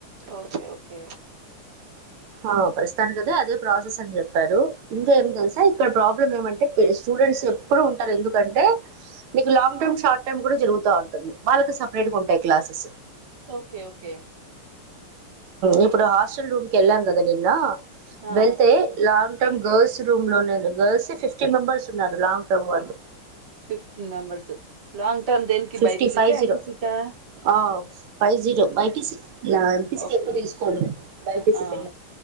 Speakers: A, on the right (about 25°); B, on the right (about 80°).
A: ఓకే ఓకే
B: ఆ ప్రస్తుతానికి ఐతే అదే ప్రాసెస్ అని చెప్పారు ఇంకా ఏమి తెల్సా
A: ఉమ్,
B: ఇక్కడ ప్రాబ్లం ఏమంటే <unintelligible> స్టూడెంట్స్ ఎప్పుడు ఉంటారు ఎందుకు ఎంటే నీకు లాంగ్ టైమ్ షార్ట్ టైమ్ కూడా జరుగుతా ఉంటుంది వాళ్ళకి సపరేట్ గా ఉంటాయి క్లాసెస్
A: ఓకే ఓకే
B: ఇప్పుడు హాస్టల్ రూమ్ కెళ్ళాం కదా నిన్న
A: ఆ
B: వెళ్తేలాంగ్ గర్ల్స్ రూమ్ లోనే గర్ల్స్ ఫిఫ్టీన్ మెంబర్స్ ఉన్నారు లాంగ్ టర్మ్ వాళ్ళు
A: ఫిఫ్టీ మెంబర్స్ లాంగ్ టర్మ్ దేన్కి
B: ఫిఫ్టీ
A: బైపిసి
B: ఫైవ్
A: క
B: జీరో
A: ఎంపిసి కా
B: ఆ! Five zero Bi P C ఇలా ఎంపీసి
A: ఓకే
B: కి ఎక్కువ తీసుకోడు బై పి సి
A: ఆ
B: కే